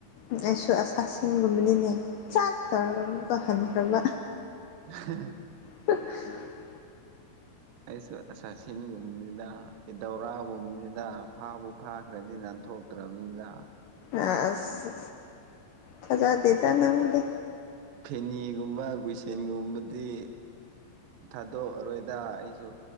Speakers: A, on the left (about 75°); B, on the right (about 65°).
A: ꯑꯩꯁꯨ ꯑꯁꯥꯁꯟꯒꯨꯝꯕꯅꯤꯅꯦ ꯆꯥꯛ ꯇꯧꯔꯒ ꯑꯃꯨꯛꯀ ꯍꯟꯈ꯭ꯔꯕ
B: <inaudible>
A: <inaudible>
B: ꯑꯩꯁꯨ ꯑꯦꯁꯥꯁꯟꯒꯨꯝꯕꯅꯤꯗ ꯏꯗꯧꯔꯥꯒꯨꯝꯕꯅꯤꯗ ꯐꯥꯕꯨ ꯐꯥꯈ꯭ꯔꯗꯤ ꯅꯥ ꯊꯣꯛꯇ꯭ꯔꯕꯅꯤꯅ
A: ꯑ ꯑꯁ ꯊꯖꯥꯗꯗ ꯅꯗ
B: ꯐꯦꯅꯤꯒꯨꯝꯕ ꯒꯨꯏꯁꯦꯟꯒꯨꯝꯕꯗꯤ ꯊꯥꯗꯣꯛꯑꯔꯣꯏꯗ ꯑꯩꯁꯨ